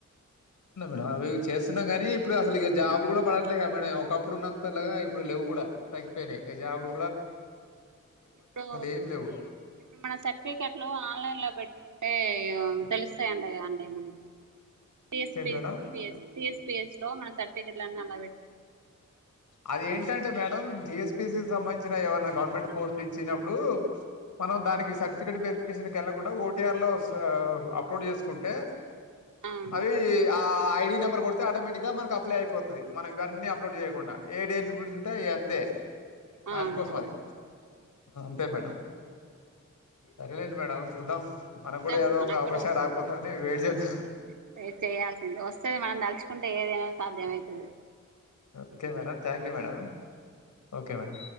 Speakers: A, on the left; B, on the right.
A: డం అవి చేస్తున్నాం కానీ ఇప్పుడు అసలు ఇక జాబు కూడా పడట్లే క మ ఒకప్పుడు ఉన్నంతలాగా ఇప్పుడు లేవు కూడా తగగిపోయినాయి ఇక జాబ్ లు
B: ఇప్పుడు
A: ఏం లేవు
B: ఇప్పుడు మన సర్టిఫికెట్లు ఆన్లైన్ లో పెట్టుకుంటే తెలుస్తాయింట అండి మనకి టి ఎస్
A: ఏంది
B: P
A: madam
B: S P S లో మన సెర్టిఫికే <unintelligible>
A: అదేంటంటే madam T S P S సంబంధించిన ఏమై గవర్నమెంట్ పోస్ట్ పించినప్పుడు మనం దానికి సర్టిఫికేట్ వెరిఫికేషన్ వెళ్ళకుండా ఓటిఆర్ లో అప్లోడ్ చేసుకుంటే
B: అవును
A: అవి ఆఐ డి నంబర్ కొడితే ఆటోమటిక్గా మకు అప్లయి పోతది మనం ఇవన్నీ అప్లోడ్ చేయకుండా <unintelligible> అంతే దానికోసం
B: అవునవును
A: అది అంతే మేడం సరేలేండి మేడం చూద్దాం మనకు
B: చూద్దాం
A: కూడా ఏదో
B: మనకు
A: ఒక అవకాశం
B: కూడా వస్తది
A: రాకపోతే అని వెయిట్ చేద్దాం
B: వస్ ట్రై చేయాల్సింది వస్తది మనం దలుచు కుంటే ఏదేనా సాధ్యమవుతది
A: ఓకే మేడం
B: అంతే
A: థ్యాంక్ యూ
B: కదా
A: మేడం ఓకే మేడం